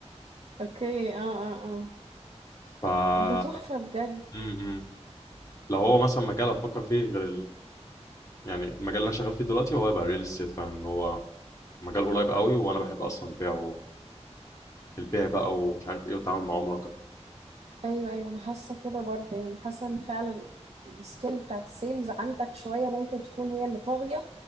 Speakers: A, on the right; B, on the left.
A: اوكي اه اه اه
B: ف م-
A: طب ده تحفة بجد
B: م. لو هو مثلا مجال افكر فيه غير يعني المجال اللي انا شغال فيه دلوقتي هو هيبقى ريل استيت فعلا إن هو مجال قريب قوي وانا بحب اصلا البيع والبيع بقى ومش عارف ايه والتعامل مع عملاء وكده
A: ايوه ايوه انا حاسة كده برضو يعني حاسة ان فعلا السكيل بتاعت السيلز عندك شوية ممكن تكون هي اللي طاغية